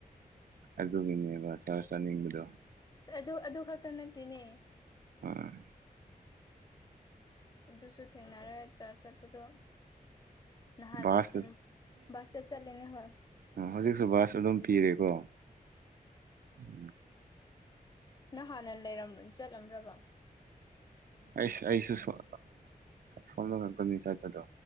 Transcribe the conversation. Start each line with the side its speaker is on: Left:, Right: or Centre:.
Right: ꯑꯗꯨꯒꯤꯅꯦꯕ ꯁꯥꯔ ꯆꯥꯅꯤꯡꯕꯗꯣ
Left: ꯑꯗꯨ ꯑꯗꯨ ꯈꯛꯇ ꯅꯠꯇ꯭ꯦꯅꯦ
Right: ꯑꯥ
Left: ꯑꯗꯨꯁꯨ ꯊꯦꯡꯅꯔꯦ ꯆꯥꯔꯆ ꯆꯠꯄꯗꯣ ꯅꯍꯥꯟ
Right: ꯕꯥꯁ
Left: ꯎꯝ ꯁꯇ ꯆꯠꯂꯦꯅꯦ ꯍꯣꯏ
Right: ꯑꯣ ꯍꯧꯖꯤꯛꯁꯨ ꯕꯥꯁ ꯑꯗꯨꯝ ꯄꯤꯔꯦꯀꯣ ꯎꯝ
Left: ꯅ ꯍꯥꯟꯅ ꯂꯩꯔꯝ ꯆꯠꯂꯝꯂ꯭ꯔꯕ
Right: ꯑꯩꯁ ꯑꯩꯁꯨ ꯁꯣꯝ ꯁꯣꯝꯗ ꯉꯥꯛꯀꯅꯤ ꯆꯠꯄꯗꯣ